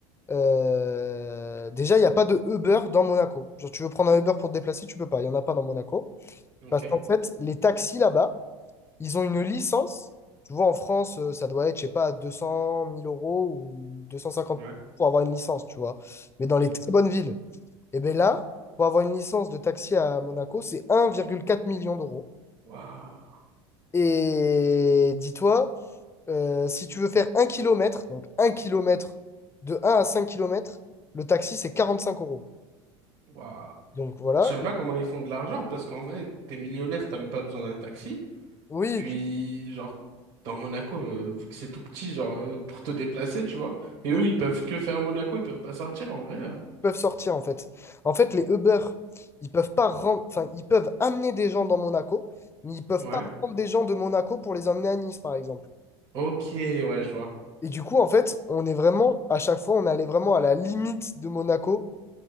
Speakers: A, on the left; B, on the right.
A: euh, déjà, il n'y a pas de Uber dans Monaco. Genre, tu veux prendre un Uber pour te déplacer, tu peux pas, il n'y en a pas dans Monaco.
B: Ok.
A: Parce qu'en fait, les taxis là-bas, Ils ont une licence. Tu vois, en France, euh, ça doit être, je sais pas, deux cent mille euros ou deux cent cinquante
B: Ouais.
A: pour avoir une licence, tu vois. Mais dans
B: Ouais.
A: les très bonnes villes, et bien là, pour avoir une licence de taxi à Monaco, c'est un virgule quatre million d'euros.
B: Waouh.
A: Et dis-toi, euh, si tu veux faire un kilomètre, donc un kilomètre, de un à 5 kilomètres, le taxi, c'est 45 euros.
B: Waouh.
A: Donc voilà.
B: Je sais même pas comment ils font de l'argent parce qu'en vrai, t'es millionnaire, t'as même pas besoin d'un taxi.
A: Oui,
B: Puis, genre, dans Monaco, euh, vu que c'est tout petit, genre, euh, pour te déplacer, tu vois. Et
A: oui,
B: eux, ils peuvent que faire Monaco, ils peuvent pas sortir, en vrai. euh.
A: peuvent sortir en fait. En fait, les Uber, ils peuvent pas ren- enfin, ils peuvent amener des gens dans Monaco, mais ils peuvent
B: Ouais.
A: pas prendre des gens de Monaco pour les emmener à Nice, par exemple.
B: Ok, ouais, je vois.
A: Et du coup, en fait, on est vraiment, à chaque fois, on est allé vraiment à la limite de Monaco